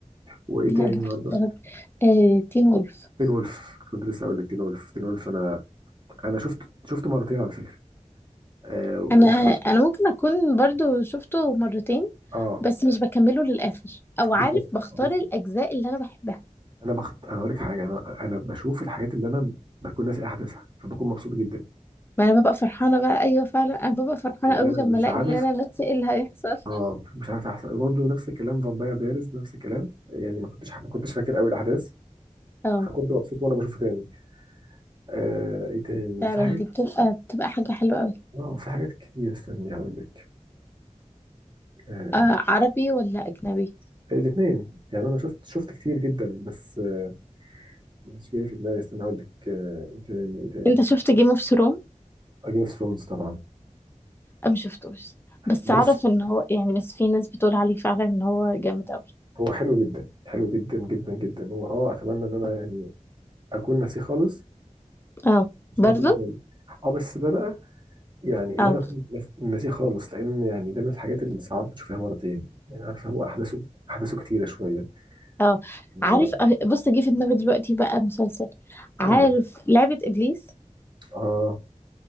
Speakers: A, on the right (about 35°); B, on the left (about 15°).
A: وايه
B: لا
A: تاني
B: لا اتفرجت
A: برضه
B: آه تين وولف
A: تين وولف كنت لسه اقول لك تين وولف تين وولف انا انا شفته شفته مرتين على فكره آه وكنت
B: انا انا ممكن اكون برضو شفته مرتين
A: اه
B: بس مش بكمله للاخر او عارف
A: بالظبط
B: بختار
A: بص
B: الاجزاء اللي انا بحبها
A: انا بخت... انا اقول لك حاجه انا انا بشوف الحاجات اللي انا بكون ناسي احداثها فبكون مبسوط جدا
B: ما انا ببقى فرحانه بقى ايوه فعلا انا ببقى فرحانه
A: اللي
B: قوي
A: انا
B: لما
A: مش
B: الاقي
A: عارف
B: ان انا لاتس ايه اللي هيحصل
A: اه مش عارف احسن برضه نفس الكلام فامباير دايرز نفس الكلام يعني ما كنتش ما كنتش فاكر قوي الاحداث
B: اه
A: فكنت مبسوط وانا بشوفه تاني آه ايه تاني
B: فعلا
A: في حاجات
B: دي بتبقى بتبقى حاجه حلوه قوي
A: اه في حاجات كتير استني هقول لك آه،
B: آه عربي ولا اجنبي
A: الاثنين يعني انا شفت شفت كتير جدا بس آه، مش جاي في دماغي استنى اقول لك آه، ايه تاني ايه تاني
B: انت شفت جيم اوف ثرون
A: جيم اوف ثرونز طبعا
B: او ما شفتوش بس
A: بص
B: اعرف ان هو يعني بس في ناس بتقول عليه فعلا ان هو جامد قوي
A: هو حلو جدا حلو جدا جدا جدا هو اه اتمنى ان انا يعني اكون ناسيه خالص
B: اه
A: عشان
B: برضو
A: اشوف تاني اه بس ده بقى يعني ان
B: اه
A: انا اكون ناس- ناسيه خالص لان يعني ده من الحاجات اللي ساعات بتشوفها مرتين يعني عارفه هو احداثه احداثه كتيره شويه
B: اه
A: و...
B: عارف أه، بص جه في دماغي دلوقتي بقى مسلسل عارف
A: يعني، هو-
B: لعبة إبليس
A: اه